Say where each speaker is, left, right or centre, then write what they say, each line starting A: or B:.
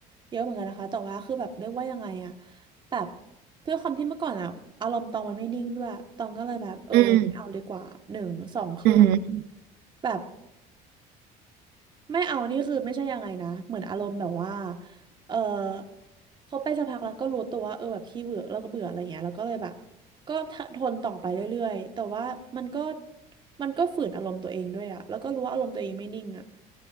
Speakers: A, on the right; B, on the right.
A: เยอะเหมือนกันนะคะแต่ว่าคือแบบเรียกว่ายังไงอ่ะแบบด้วยความที่เมื่อก่อนอ่ะอารมณ์ตองมันไม่นิ่งด้วยตองก็เลยแบบเออยังไม่เอาดีกว่าหนึ่งสองคือ
B: อืมอืม
A: แบบ ไม่เอานี่คือไม่ใช่ยังไงนะเหมือนอารมณ์แบบว่าเออเขาไปสักพักแล้วก็รู้ตัวว่าเออแบบขี้เบื่อแล้วก็เบื่ออะไรเงี้ยแล้วก็เลยแบบก็ทนต่อไปเรื่อยๆแต่ว่ามันก็มันก็ฝืนอารมณ์ตัวเองด้วยอะแล้วก็รู้ว่าอารมณ์ตัวเองไม่นิ่งอะ